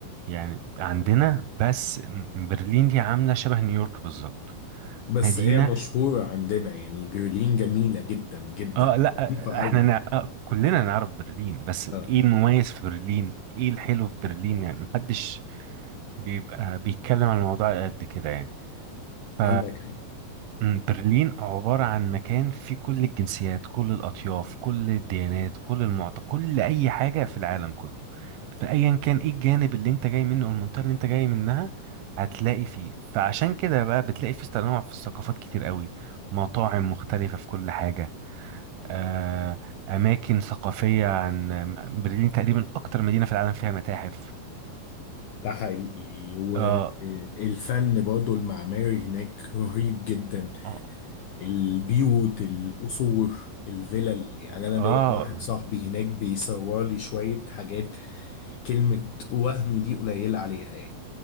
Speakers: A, on the right; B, on the left.
A: يعني عندنا بس م- برلين دي عاملة شبه نيويورك بالظبط
B: بس
A: مدينة
B: هي مشهورة عندنا يعني برلين جميلة جدا جدا
A: اه لا
B: نظيفة
A: احنا
B: أوي
A: نع... آه كلنا نعرف برلين بس
B: آه.
A: ايه المميز في برلين ايه الحلو في برلين يعني محدش بيبقى بيتكلم عن الموضوع قد كده يعني ف
B: عندك حق.
A: م، برلين عبارة عن مكان فيه كل الجنسيات كل الأطياف كل الديانات كل المعت كل أي حاجة في العالم كله فأيا كان ايه الجانب اللي انت جاي منه أو المنطقة اللي انت جاي منها هتلاقي فيه فعشان كده بقى بتلاقي فيه تنوع في الثقافات كتير قوي مطاعم مختلفة في كل حاجة آه، أماكن ثقافية عن برلين تقريبا أكتر مدينة في العالم فيها متاحف
B: ده حقيقي والفن
A: آه
B: برضو المعماري هناك رهيب جدا
A: آه
B: البيوت القصور الفلل يعني أنا
A: آه،
B: ليا واحد صاحبي هناك بيصور لي شوية حاجات كلمة وهم دي قليلة عليها يعني